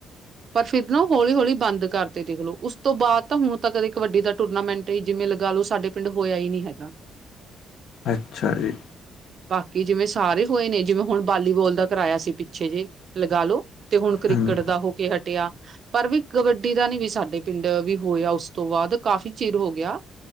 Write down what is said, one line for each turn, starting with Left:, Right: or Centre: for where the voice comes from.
Right: ਪਰ ਫਿਰ ਨਾ ਓ ਹੌਲੀ-ਹੌਲੀ ਬਾਂਦ ਕਾਰਦੇ ਦੇਖਲੋ ਉਸ ਤੋ ਬਾਦ ਤਾ ਹੁਨ ਤਕ ਕਦੇ ਕਬੱਡੀ ਦਾ ਟੂਰਨਾਮੈਂਟ ਤੁਹੀ ਜਿਵੇ ਲਗਾ ਲੋ ਸਾਡੇ ਪਿੰਡ ਹੋਏਯਾ ਈ ਨੀ ਹੈਗਾ।
Left: ਅੱਛਾ ਜੀ।
Right: ਬਾਕੀ ਜਿਵੇ ਸਾਰੇ ਹੋਏ ਨੇ ਜਿਵੇ ਹੁਨ ਬਾਲੀਵੋਲ ਦਾ ਕਰਾਏਆ ਸੀ ਪਿੱਛੇ ਜੇ, ਲਗਾ ਲੋ। ਤੇ ਹੁਨ ਕ੍ਰਿਕੇਟ
Left: ਹਾਂਜੀ,
Right: ਦਾ ਹੋ ਕੇ ਹਟੇਆ। ਪਰ ਵੀ ਕਬੱਡੀ ਦਾ ਨੀ ਵੀ ਸਾਡੇ ਪਿੰਡ ਵੀ ਹੋਏਆ ਉਸ ਤੋ ਬਾਦ ਕਾਫ਼ੀ ਚਿਰ ਹੋ ਗਯਾ।